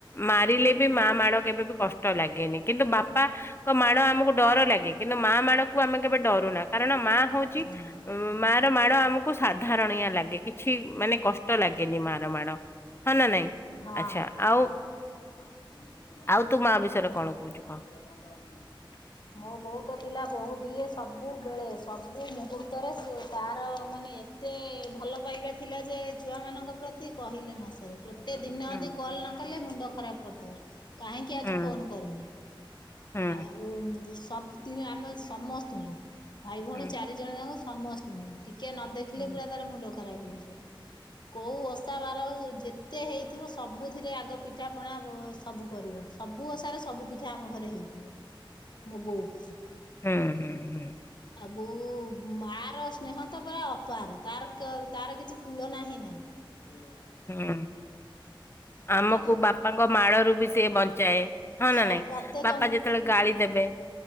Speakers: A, on the left; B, on the left.
A: ମାରିଲେ ବି ମା ମାଡ଼ କେବେ ବି କଷ୍ଟ ଲାଗେନି କିନ୍ତୁ ବାପା କ ମାଡ ଆମକୁ ଡର ଲାଗେ କିନ୍ତୁ ମା ମାଡ କୁ ଆମେ କେବେ ଡରୁନା କାରଣ ମା ହଉଛି ଉ
B: ହଁ
A: ମା। ମାଡ ଆମକୁ ସାଧାରଣିଆ ଲାଗେ କିଛି ମାନେ କଷ୍ଟ ଲାଗେନି ମାର ମାଡ ହଁ ନା ନାଇଁ।
B: ହଁ।
A: ଆଚ୍ଛା ଆଉ ଆଉ ତୁ ମା ବିଷୟରେ କଣ କହୁଛୁ କହ?
B: ମୋ ବୋଉତ ଥିଲା ବୋହୁତ୍‌ ଇଏ ସବୁବେଳେ ସବୁ ମୁହର୍ତୁ ତରେ ସୁଏ ତାର ମାନେ ଏତେ ଭଲ ପାଇବା ଥିଲା ଯେ ଛୁଆମାନଙ୍କ ପ୍ରତ୍ ତି କହିଲେ ନ ସରେ ଗୋଟେ ଦିନ
A: ହୁଁ
B: ଯଦି କଲ ନ କଲେ ମୁଣ୍ଡ ଖରାପ୍ କରିଦବ। କାହିଁକି ଆଜି
A: ହୁଁ
B: ଫୋନ କରୁନୁ
A: ହୁଁ
B: ଆଉ ମିତି ସବ୍ ତିନିଏ ଆମ ସମସ୍ତଙ୍କୁ ଭାଇ ଭଉଣୀ
A: ହୁଁ
B: ଚାରି ଜଣ ଯାକ ସମସ୍ତଙ୍କୁ। ଟିକେ ନ ଦେଖିଲେ
A: ହୁଁ
B: ପୁରା ତାର ମୁଣ୍ଡ ଖରାପ ହେଇଯିବ କୋଉ ଅସ୍‌ ଓଷା ବାର ହୋଉ ଯେତେ ହେଇଥିବ ସବୁଥିରେ ଆଗ ପିଠାପଣା ଭୋ ସବୁ କରିବ। ସବୁ ଓଷାରେ ସବୁ ପିଠା ଆମ ଘରେ ହେଇଥିବ।
A: <inaudible>
B: ମୋ ବଉ କୁ
A: ହୁଁ ହୁଁ
B: ଆଉ ବୋଉ ମା ର ସ୍ନେହ ତ ପୁରା ଅପାର ତାର ତ ତାର କିଛି ତୁଳନା ହିଁ ନାହିଁ। ଉରେ।
A: ହୁଁ ଆମକୁ
B: ତାକୁ
A: ବାପାଙ୍କ ମାଳରୁ ବି ସିଏ ବଞ୍ଚାଏ। ହଁ ନା
B: ସ
A: ନାଇଁ
B: ପ୍ରତ୍ୟେକ
A: ବାପା ଯେତେବେଳେ ଗାଳି ଦେବେ